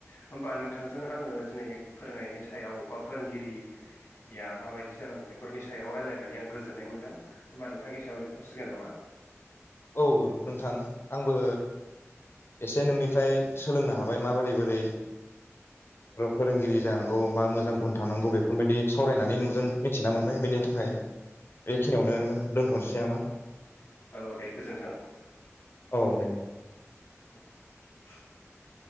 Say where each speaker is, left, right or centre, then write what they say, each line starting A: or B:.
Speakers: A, on the left; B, on the left.
A: होमबा नोंथांजों आङो दिनै फोरोंनायनि सायाव बा फोरोंगिरिया माबायदि जानांगौ बेफोरनि सायाव रायजलायनानै आं गोजोननाय मोनदों होमबा नोंथां एसेयावनो जोबथ सिगोन नामा
B: औ नोंथां आंबो एसे नोंनिफ्राय सोलोंनो हाबाय माबोरै बोरै फोरोंगिरि जानांगौ मा मोजां गुन थांनांगौ बेफोरबायाददि सावरायनानै नोंजों मिथिना मोनबाय बेनि थाखाय बेखिनियावनो दोन्थ नोसै नामा
A: औ दे गोजोन्थों
B: औ दे
A: <inaudible>